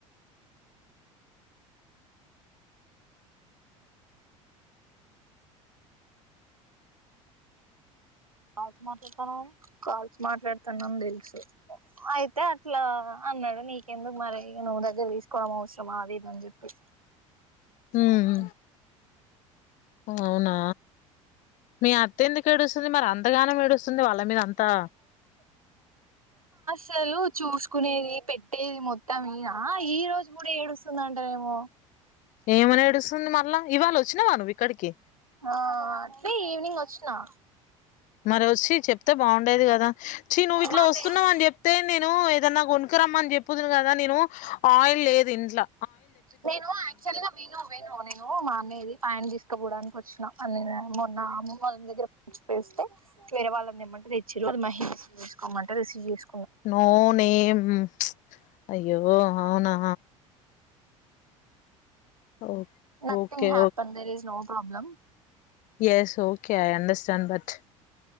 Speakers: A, on the right; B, on the left.
A: అ టమాటర్ బా కాల్ <inaudible> మాట్లాడుతున్నాని తెలిసి అయితే అట్లా అన్నాడు నీకెందుకు మరి నువ్వు దగ్గర తీసుకోవడం అవసరం ఆది ఇదని చెప్పి
B: ఉమ్
A: ఓక
B: అవునా మీ అత్త ఎందుకు ఏడుస్తుంది మరి అంతగానం ఏడుస్తుంది వాళ్ళ మీద అంతా
A: అసలు చూసుకునేది పెట్టేది మొత్తంనా ఈ రోజు కూడా ఏడుస్తుందంటారేమో
B: ఏమని ఏడుస్తుంది మళ్ళా ఇవాళ వచ్చినావా నువ్వు ఇక్కడికి
A: ఆ అంటే ఈవినింగ్ వచ్చి న్నా
B: మరి వచ్చి చెప్తే బాగుండేది కదా చ నువ్వు ఇట్లా
A: మా అన్నయ్యది
B: వస్తున్నావు అని చెప్తే నేను ఏదన్నా కొనుకురమ్మ అని చెప్పది కదా నేను ఆయిల్ లేదు ఇంట్లో
A: నేను యాక్చువల్ గా విను వేను నేను మా అన్నది పైన తీసుకు కి పోవడానికి వచ్చినా మొన్న అమ్మ వాళ్ళ దగ్గర <inaudible> పేస్తే వేరే వాళ్ళను దెమ్మంటే తెచ్చిర్రు అది మహేసు <inaudible> కోమంటే రిసీవ్ చేస్
B: నో నేమ్ అయ్యో ఓ అవునా ఓ
A: nothing
B: okay
A: happen there is no problem
B: yes okay I understand that